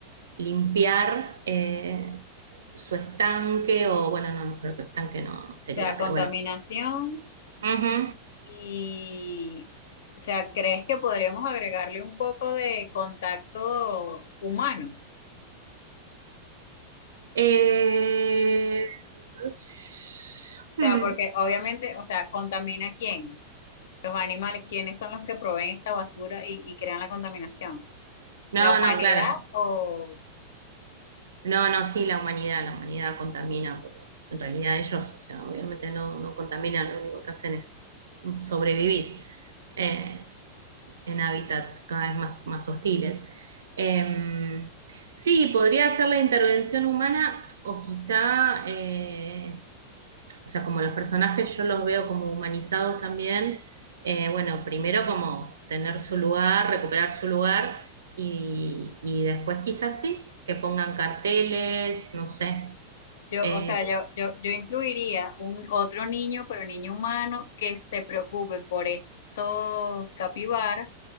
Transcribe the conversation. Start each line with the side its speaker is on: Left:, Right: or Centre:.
Right: limpiar eh, su estanque, o bueno, no, no creo que estanque no, no sería,
Left: O sea,
Right: pero
Left: contaminación
Right: bueno. Ujú.
Left: y, o sea, ¿crees que podríamos agregarle un poco de contacto humano?
Right: Eh, s-
Left: O
Right: hmm.
Left: sea, porque obviamente, o sea, ¿contamina quién? Los animales, ¿quiénes son los que proveen esta basura y, y crean la contaminación?
Right: No,
Left: ¿La humanidad
Right: no, claro.
Left: o
Right: No, no, sí, la humanidad, la humanidad contamina, porque en realidad ellos, o sea, obviamente no, no contaminan, lo único que hacen es sobrevivir eh, en hábitats cada vez más, más hostiles. Em, sí, podría ser la intervención humana o quizá eh, o sea, como los personajes yo los veo como humanizados también, eh, bueno, primero como tener su lugar, recuperar su lugar y, y después quizás sí, que pongan carteles, no sé.
Left: Yo,
Right: Eh,
Left: o sea, yo, yo, yo incluiría un otro niño, pero niño humano, que se preocupe por estos capibaras